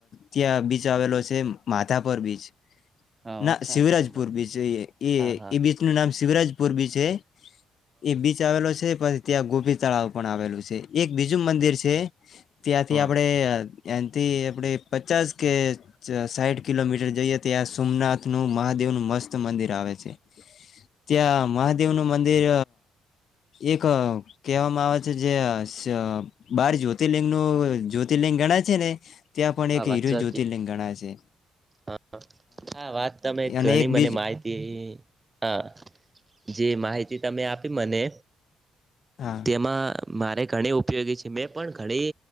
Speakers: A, on the left; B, on the right.
A: ત્યાં બીચ આવેલો છે, માથાપર બીચ
B: હા
A: ના
B: વાત સાચી
A: શિવરાજપુર
B: તમારી
A: બીચ, એ એ
B: હા હા
A: એ બીચ નું નામ શિવરાજપુર બીચ છે. એ બીચ આવેલો છે, પછી ત્યાં ગોપી તળાવ પણ આવેલું છે. એક બીજું મંદિર છે, ત્યાંથી
B: હા
A: આપડે એ્યાંથી આપડે પચાસ કે સાઈઠ કિલોમીટર જઈએ, ત્યા સોમનાથ નું મહાદેવ. નું મસ્ત મંદિર આવે છે, ત્યાં મહાદેવ નું મંદિર એક કેહેવામાં આવે છે, સ જે બાર જ્યોતિર્લિંગનુ જ્યોતિર્લિંગ, ગણ. છેને, ત્યાં પણ
B: હા
A: એક હીરો
B: વાત સાચી
A: જ્યોતિર્લિંગ ગણાય છે.
B: હા, વાત તમે
A: અને
B: ઘણી
A: એક
B: મને
A: બીજ
B: માહિતી. હા, જે માહિતી, તમે આપી મને
A: હા
B: તેમાં મારે ઘણી ઉપયોગી છે, મેં પણ ઘણી